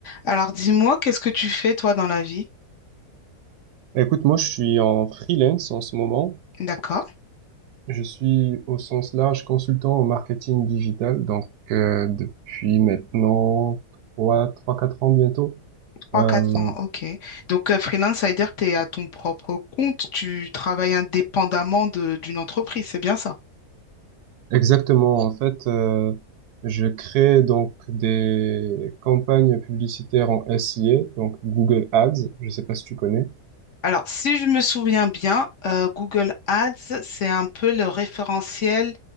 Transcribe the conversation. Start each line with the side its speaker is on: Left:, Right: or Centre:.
Left: Alors dis-moi, qu'est-ce que tu fais toi dans la vie?
Right: Écoute, moi, je suis en freelance en ce moment.
Left: D'accord.
Right: Je suis au sens large consultant au marketing digital, donc euh, depuis maintenant trois, trois, quatre ans bientôt.
Left: Trois
Right: Euh,
Left: quatre ans, ok. Donc euh, freelance, ça veut dire que tu es à ton propre compte, tu travailles indépendamment de- d'une entreprise, c'est bien ça?
Right: exactement, en fait, euh, je crée donc des campagnes publicitaires en SIA, donc Google Ads. Je sais pas si tu connais.
Left: Alors si je me souviens bien, euh, Google Ads, c'est un peu le référentiel